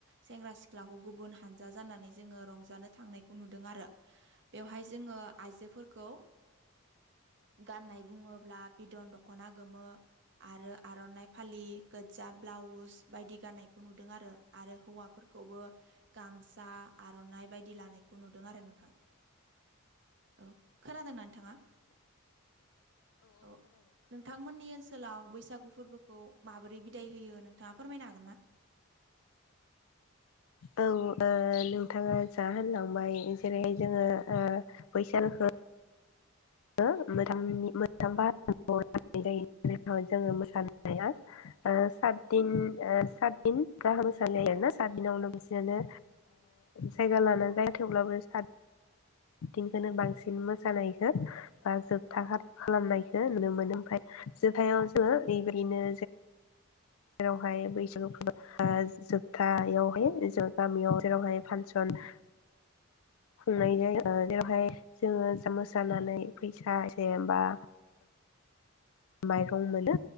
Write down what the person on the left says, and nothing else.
औ नोंथाङा जा होनलांबाय जेरैहाय जोङो बैसागुखौ मोनथामनि मोनथाम बाहागोआव राननाय जायो। जोङो मोसानाया सातदिन सातदिन गाहाम मोसाना जायो आरोना। सातदिनावनो बिसोरनो जायगा लाना
जायो थेवब्लाबो सात दिनखौनो बांसिन मोसानायखौ बा जोबथा खालामनायखौ नुनो मोनो ओमफ्राय जोबथायाव जोङो ओरै बायदिनो जेरावहाय बैसागु फोरबो जोबथायावहाय जों गामियाव जेरैहाय फांसन
खुंनाय जायो जेरावहाय जोङो मोसानानै फैसा एसे बा माइरं मोनो